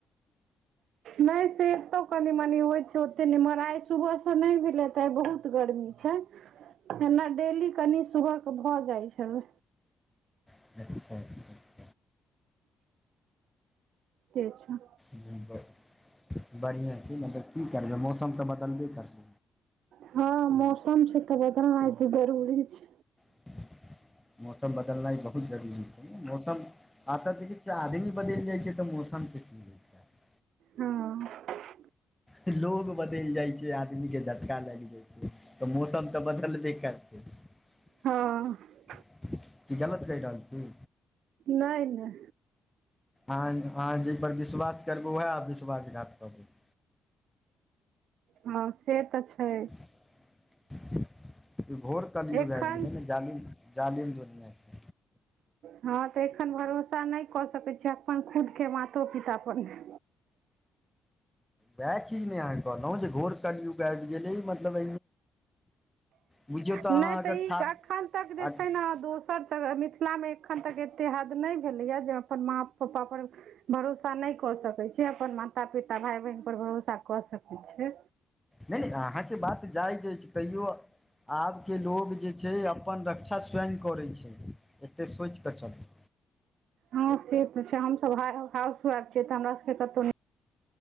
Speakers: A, on the right; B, in the centre.
A: नै से एतौ कनि मनी होइ छै ओतेक नमहर आइ सुबह स नै भेलै तऽ आइ बहुत गर्मी छै एना डेली कनि सुबह कऽ भऽ जाइत छल
B: <unintelligible>
A: से छै
B: <inaudible> बढ़िएँ छै मतलब की करबै मौसम तऽ बदलबे करतै
A: हँ मौसम छै तऽ <unintelligible> त जरूरी छै
B: <inaudible> मौसम बदलनाइ बहुत जरूरी छै मौसम आ तऽ देखी छि आमदी बदले जै छै तऽ मौसम की होइ छै
A: हँ <unintelligible>
B: लोग बदलि जाइ छै आदमी के झटका लाइग जाय छै तऽ मौसम तऽ बदलबे कर <unintelligible>
A: हँ
B: गलत कहि रहल छी
A: नै नै
B: अह अहाँ जै पर विश्वास करबै ओहै आ विश्वासघात करत
A: ह से तऽ छै
B: <inaudible> घोर कलियुग
A: एखन
B: आबि गेल न जालि जालिम दुनियाँ छै
A: हँ तऽ एखन भरोसा नै कऽ सकैत छी अपन खुद कऽ मातो पिता पर नै
B: वएह चीज न अहाँ केँ कहनो जे घोर कलियुग आयब गेलए जे मतलब बुझियौ
A: नै
B: अहाँ
A: तऽ
B: अगर
A: ई
B: ठा
A: एखन तक जे
B: नहि
A: छै न दोस्त एत तहन मिथिलामे एखन तक एतेक हद नै भेलैए जे अपन माँ पपा पर भरोसा नै कऽ सकै अछि। से अपन माता पिता भाय बहिन पर भरोसा कऽ सकै छै।
B: नै नै अहाँकेँ बात जायज अछि तैयो आब केँ लोग जे छै। जे अपन रक्षा स्वयं करै छै एतेक सोचिकऽ चली
A: हँ से तऽ छै हम हाउस वाइफ छीयै तऽ हमरा सब केँ कतौ नै